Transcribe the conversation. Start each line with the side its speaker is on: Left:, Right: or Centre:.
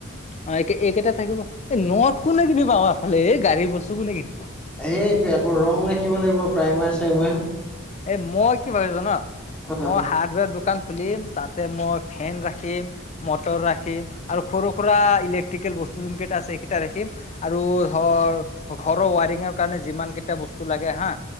Left: অ এক এইকেইটা থাকিব এই নত কোনে কিনিবাফালে এই গাড়ী বস্তু কোনে কিনি পাওঁ
Centre: সেইটো আকৌ ৰং ৰাখিব লাগিব প্ৰাইমাৰ চাইমাৰ
Left: এ মই কি ভাবিছো জানা
Centre: অ
Left: মই হাৰ্ডৱেৰ দোকান সুধিম তাতে মই ফেন ৰাখিম, মটৰ ৰাখিম আৰু সৰু-সুৰা ইলেক ইলেকট্ৰিকেল বস্তু কেইটা আছে সেইকেইটা ৰাখিম আৰু ধৰ ঘৰৰ উৱাৰিংৰ কাৰনে যিমান কেইটা বস্তু লাগে হা